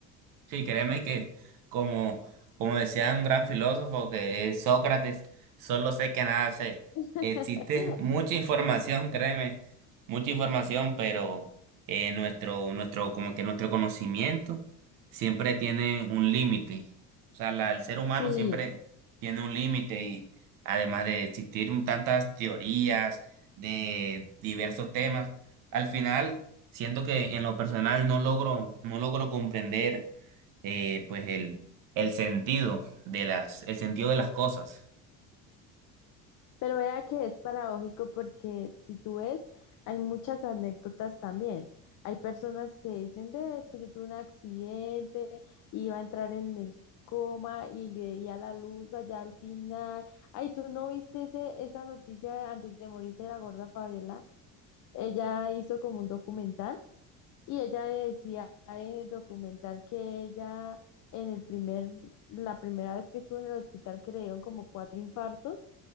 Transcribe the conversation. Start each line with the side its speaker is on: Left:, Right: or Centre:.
Right: Sí, créeme que como, como decía un gran filósofo que es Sócrates, solo sé que nada sé.
Left: <laughs>
Right: Existe mucha información, créeme, mucha información, pero eh, nuestro, nuestro, como que nuestro conocimiento siempre tiene un límite. O sea, la- el ser humano
Left: Sí.
Right: siempre tiene un límite y además de existir un- tantas teorías de diversos temas, al final siento que en lo personal no logro, no logro comprender eh, pues el, el sentido de las, el sentido de las cosas.
Left: Pero vea que es paradójico porque si tú ves, hay muchas anécdotas también. Hay personas que dicen, ve, es que yo tuve un accidente, iba a entrar en el coma y veía la luz allá al final. Ay, ¿tú no viste ese, esa noticia antes de morirse de la gorda Fabiola? Ella hizo como un documental y ella decía en el documental que ella en el primer, la primera vez que estuvo en el hospital que le dieron como cuatro infartos,